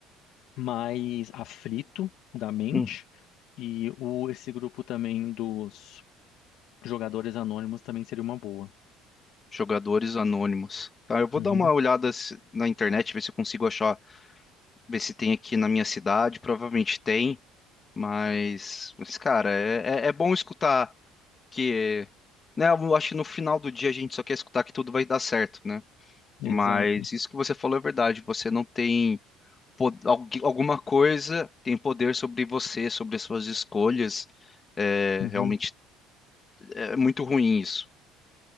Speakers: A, on the left; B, on the left.
A: mais aflito da mente.
B: Hum.
A: E o, esse grupo também dos jogadores anônimos também seria uma boa.
B: Jogadores anônimos. Tá, eu vou
A: Uhum,
B: dar uma olhada se- na internet, ver se eu consigo achar, ver se tem aqui na minha cidade. Provavelmente tem. Mas, mas cara, é, é, é bom escutar que, né? Eu acho que no final do dia a gente só quer escutar que tudo vai dar certo, né?
A: exato.
B: Mas isso que você falou é verdade. Você não tem po- algu- alguma coisa tem poder sobre você, sobre as suas escolhas. É,
A: Uhum.
B: realmente é muito ruim isso.